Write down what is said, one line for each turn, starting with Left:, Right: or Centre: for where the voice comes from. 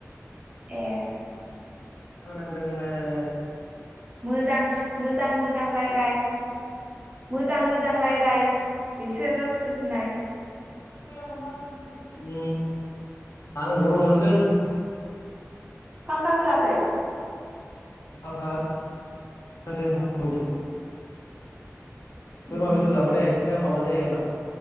Right: ए
Left: फोरोंदोंमोन।
Right: मोजां मोजां मोजां रायलाय मोजां मोजां रायलाय। बिसोरो बुजिनाय।
Left: ओम आं गरम मोनदों।
Right: फांखा होआखै?
Left: फांखा होदों। बोरमा
Right: उम
Left: बेदर जाबाथाय आथिङा माबा जायो आंना